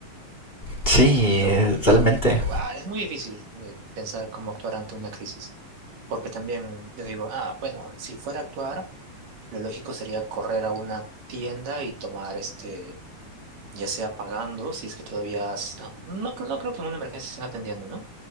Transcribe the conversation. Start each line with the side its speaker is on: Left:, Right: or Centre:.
Left: sí,
Right: Lo,
Left: eh, totalmente.
Right: lo- ah, es muy difícil eh, pensar cómo actuar ante una crisis, porque también yo digo, ah, bueno, si fuera a actuar, lo lógico sería correr a una tienda y tomar este, ya sea pagando, si es que todavía, s- ah, no, cre- no creo que en una emergencia estén atendiendo, ¿no?